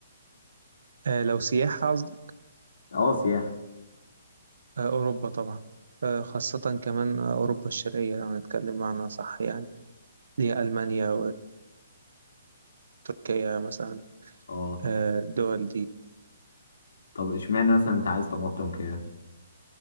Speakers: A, on the right; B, on the left.
A: آه لو سياحة قصدك
B: أه سياحة
A: آه أوروبا طبعا آه خاصة كمان آه، أوروبا الشرقية لو هنتكلم معنى صح يعني اللي هي ألمانيا وتركيا مثلا
B: أه
A: آه الدول دي
B: طب اشمعنى مثلا انت عايز طماطم تركيا